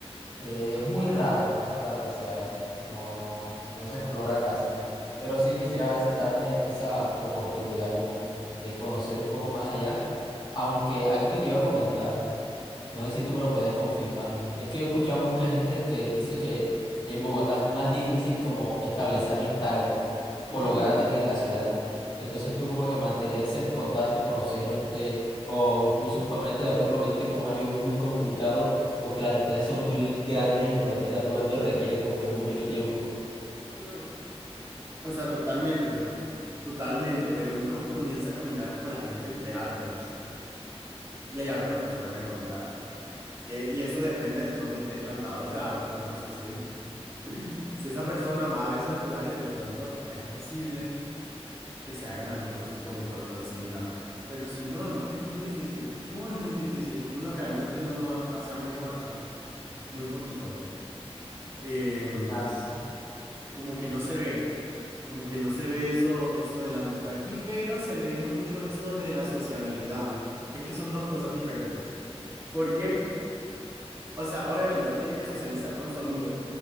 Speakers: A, on the left; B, on the right.
A: eh, es muy raro, muy raro que se haga. No, no, no se explora casi. Pero sí quisiera a veces darme esa oportunidad como de conocer un poco más allá. Aunque algo que te iba a comentar, no sé si tú me lo puedes confirmar, es que yo he escuchado mucha gente que dice que en Bogotá es más difícil como establecer amistades por
B: Mm,
A: lo grande que es la ciudad. Entonces tú como que mantener ese contacto, conocer gente o incluso ponerte de acuerdo para verte con un amigo es muy complicado porque las distancias son muy grandes y ponerte de acuerdo requiere como que mucho tiempo.
B: mm. O sea, totalmente, totalmente, pero uno comienza a caminar como la gente entre árboles y hay árboles que se vuelve a encontrar. Eh, y eso depende dónde esté plantado ese árbol, ¿no? O sea, si, es- <clears throat> <laughs> si esa persona va a esos lugares, de pronto es posible que se hagan amigos, como por proximidad. Pero si no, no, es muy difícil, muy, muy difícil. Uno realmente no ha- hace amigos acá, muy poquito. Eh,
A: Ah, sí,
B: como que no se ve, como que no se ve eso, eso de la amistad aquí, pero se ve mucho eso de la sociabilidad. Es que son dos cosas diferentes. Porque, o sea, obviamente uno tiene que socializar con su amigo,